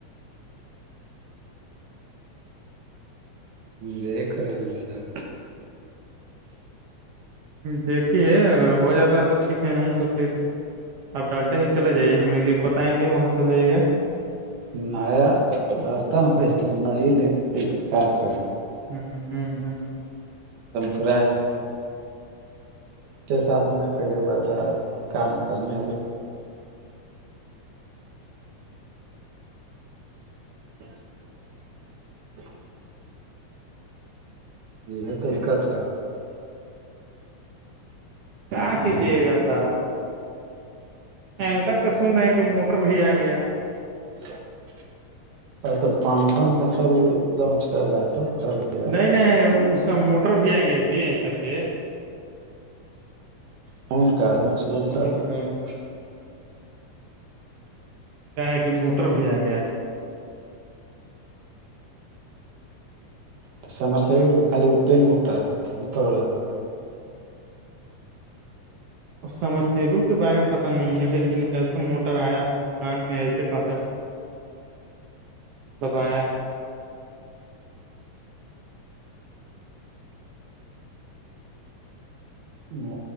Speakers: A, on the right; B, on the right.
A: دیکھ رہے ہیں سر
B: دیکھیے اگر ہو جاتا ہے تو ٹھیک ہے نہیں تو پھر آپ ڈالٹیں گے چلے جائیے ہم ایک بتائیں گے وہاں چل جائیے گا
A: نیا رستتا ن پیس تو نہیں لے پ کیا کر
B: ہم ہم ہم
A: پورا ساتھ میں پہلے ہوا تھا کام و کرنے <unintelligible> یہ ہے تریقس ہے
B: کیا کھیچیے گا تھا اینکر کا سن رہے ہیں کہ موٹر بھی آ گیا
A: اچ ا تو پانکھوں کا سب لانچ کر رہا ہے تو کر دیا
B: نہیں نہیں اس کا موٹر بھی آ گیا جی این کر کے
A: کون کا م سےے بولتا
B: سمجھ گئے اس کیا ہے کہ موٹر بھی آ گیا
A: تو سمرسبول کی خالی وہ پین موٹر اوپر والا
B: اور سمرسیبل کے بارے میں پتتا نہیں ہے لیکن ایسا موٹر آیا ہے دکان میں ایسے پتا کرنا گا مطلب آیا ہے
A: م